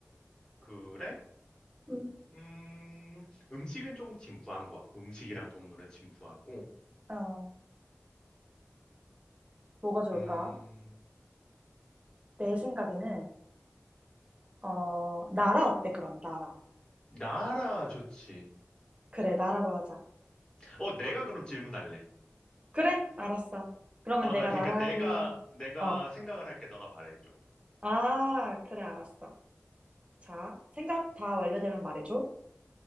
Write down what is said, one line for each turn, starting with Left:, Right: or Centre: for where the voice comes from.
Left: 그래?
Right: 음,
Left: 음, 음식은 조금 진부한 것 같고, 음식이랑 동물은 진부하고,
Right: 어, 뭐가 좋을까?
Left: 음,
Right: 내 생각에는, 어, 나라 어때, 그러면, 나라.
Left: 나라 좋지.
Right: 그래, 나라로 하자.
Left: 어, 내가 그럼 질문할래.
Right: 그래, 알았어. 그러면
Left: 아,
Right: 내가
Left: 그러니까
Right: 나라를,
Left: 내가, 내가
Right: 어,
Left: 생각을 할게. 너가 말해줘.
Right: 아, 그래, 알았어. 자, 생각 다 완료되면 말해줘.